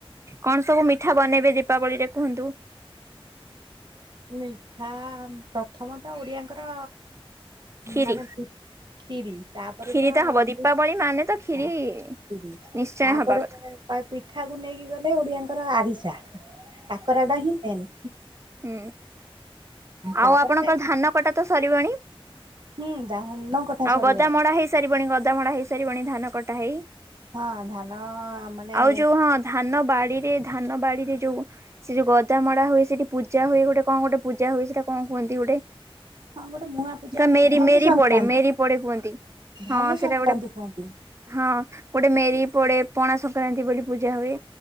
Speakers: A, on the right (about 30°); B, on the right (about 50°).
A: କଣ ସବୁ ମିଠା ବନେଇବେ ଦୀପାବଳି ରେ କୁହନ୍ତୁ?
B: ମିଠା ପ୍ରଥମ ତ ଓଡ଼ିଆଙ୍କର
A: କ୍ଷୀରି
B: ମାନେ ଖିରି ତାପରେ
A: କ୍ଷୀରି
B: ତ
A: ହବ
B: ହଁ
A: ଦୀପାବଳି ମାନେ ତ କ୍ଷୀରି
B: ଖରି
A: ନିଶ୍ଚୟ
B: ତାପରେ
A: ହବା କଥା
B: ପିଠାକୁ ନେଇକି ଗଲେ ଓଡିଆଙ୍କର ଆରିସା କାକରା ଟା ହିଁ ମେନ୍।
A: ହୁଁ,
B: ତାପରେ
A: ଆଉ ଆପଣଙ୍କ ଧାନ କଟା ତ ସରିବଣି?
B: ହୁଁ ଧାନ କଟା
A: ଆଉ
B: ସରିଗଲାଣି
A: ଗଦାମଡା ହେଇସାରିବଣି ଗଦାମଡା ହେଇସାରିବଣି ଧାନ କଟା ହେଇ।
B: ହଁ ଧାନ ମାନେ
A: ଆଉ ଯୋଉ ହଁ ଧାନ ବାଡିରେ, ଧାନ ବାଡିରେ ଯୋଉ ସେ ଯୋଉ ଗଦା ମଡା ହୁଏ ସେଠି ପୂଜା ହୁଏ ଗୋଟେ କଁ ଗୋଟେ ପୂଜା ହୁଏ ସେଟା କଁ କୁହନ୍ତି ଗୋଟେ?
B: ହଁ ଗୋଟେ ମୁୂଆଁ ପୂଜା ହୁଏ
A: ମେରି,
B: ଧନୁ
A: ମେରି
B: ସଂକ୍ରାନ୍ତି
A: ପଡ଼େ ମେରି ପଡେ କୁହନ୍ତି,
B: ଧନୁ
A: ହଁ ସେଟା
B: ସଂକ୍ରାନ୍ତି
A: ଗୋଟେ
B: କୁହନ୍ତି
A: ହଁ ଗୋଟେ ମେରି ପଡେ, ପଣା ସଂକ୍ରାନ୍ତି ବୋଲି ପୂଜା ହୁଏ,